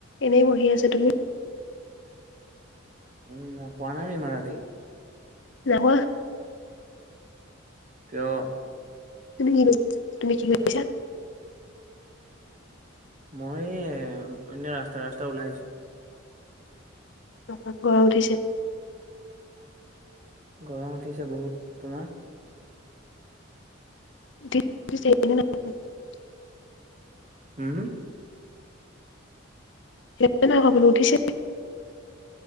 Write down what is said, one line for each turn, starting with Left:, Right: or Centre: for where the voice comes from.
Left: এনেই বহি আছোঁ, তুমি?
Right: উম শুৱা নাই নি ইমান ৰাতি?
Left: নাই শুৱা।
Right: কিয়?
Left: তুমি কি, তুমি কি কৰিছা?
Right: মই, এনে ৰাস্তা ৰাস্তা ওলাই আহিছোঁ।
Left: বহুত গৰম উঠিছে।
Right: গৰম উঠিছে বহুত, তোমাৰ?
Left: <unintelligible>
Right: উম,
Left: সেইয়াই নাইকোৱা বোলো উঠিছে।